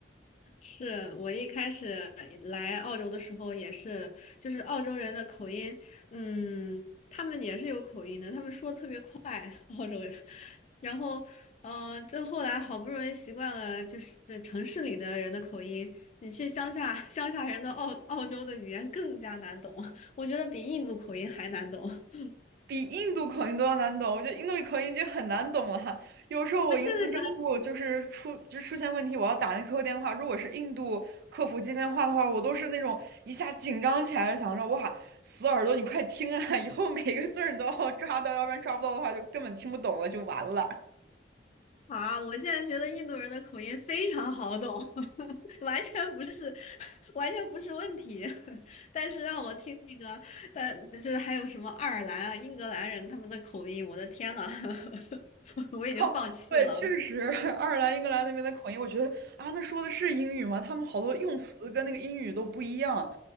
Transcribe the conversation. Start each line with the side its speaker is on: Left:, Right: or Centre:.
Left: 是我一开始来澳洲的时候也是，就是澳洲人的口音，嗯，他们也是有口音的，他们说的特别快，澳洲人。然后，嗯，就后来好不容易习惯了，就是城市里的人的口音，你去乡下，乡下人的澳澳洲的语言更加难懂，我觉得比印度口音还难懂。<laughs>
Right: 比印度口音都要难懂。我觉得印度口音已经很难懂了。有时候我银行账户就是出就出现问题，
Left: 我现在觉得
Right: 我要打那客服电话，如果是印度客服接电话的话，我都是那种一下紧张起来就想着哇，死耳朵，你快听啊！以后每一个字儿你都要抓到，要不然抓不到的话就根本听不懂了，就完了。
Left: 啊，我现在觉得印度人的口音非常好懂，<laughs> 完全不是，<laughs> 完全不是问题。<laughs> 但是让我听那个，但就是还有什么爱尔兰啊、英格兰人他们的口音，我的天呐，<laughs> 我已经放弃了。
Right: 哦，对，确实，<laughs> 爱尔兰、英格兰那边的口音，我觉得啊，那说的是英语吗？他们好多用词跟那个英语都不一样。